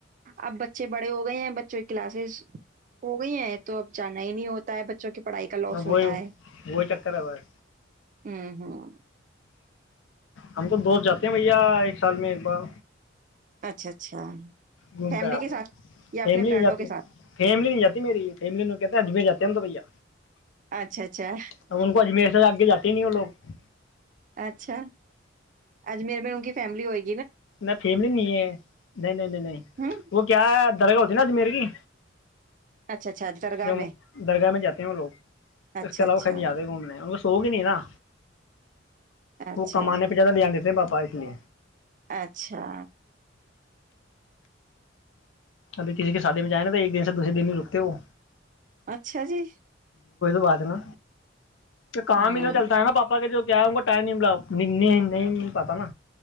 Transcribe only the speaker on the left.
وہی
وہی چکر ہے بس
ہم تو دوست جاتے ہیں بھیا ایک سال میں ایک بار
گھوم
کر آتا
ہوں
فیملی
نہیں جاتی
فیملی نہیں جاتی میری فیملی کہتے اجم جاتا دند بھیا
اب ان کو اجمیر سے آگے جاتے ہی نہیں وہ لوگ
میں فیملی نہیں ہے نہیں نہیں نہیں نہیں
وہ کیا ہے درگاہ جناد میر کی
ج
درگاہ میں جاتے ہیں وہ لوگ
اس کے علاوہ
وہ کیں آتے گھومنے تووگ نہیں نا
وہ کمانے پہ زیادہ لے دیتے اے باپا اس لی
ابھی کسی کی شادی میں جائیں نا تو ایک دن سے دوسے دن بھی رکتے وہ
بات اتنا تو کام
اتنا چلتا ہے نا پا کے جو کیا ہے ان کو ٹائم نہیں ملا لنے نہیں م پتا نا